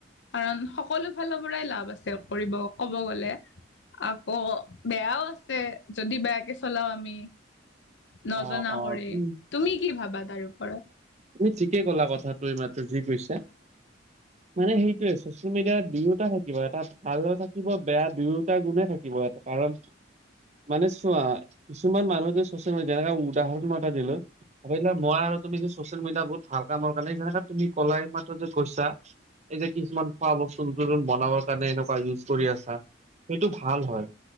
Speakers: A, on the left (about 70°); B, on the right (about 40°).
A: কাৰণ সকলো ফালৰ পৰাই লাভ আছে কৰিব ক'ব গ'লে আকৌ বেয়াও আছে যদি বেয়াকে চলাও আমি নজনা
B: অ অ
A: কৰে
B: তুমি
A: তুমি কি ভাবা তাৰ ওপৰত
B: তুমি ঠিকে কলা কথাটো ই মাতো যি কৈছা মানে সেইটয়ে চচিয়েল মিডিয়াত দুয়োটা থাকিব এটা ভাল থাকিব বেয়া দুয়োটা গুণে থাকিব কিবাএটা কাৰণ মানে চোৱা কিছুমান মানুহ চচ ম যেনেকা উদাহৰণ মা দিলো ভাবে মই আৰু তুমি যে চচিয়েল মিডিয়া বহুত ভাল কামৰ কাৰণে যেনেকে তুমি কলাই মাত্ৰ যে কৈছা এই যে কিছুমান খোৱা বস্তু নতুনতুন বনাবৰ কাৰণে এনেকুৱা ইউজ কৰি আছা সেইটো ভাল হয়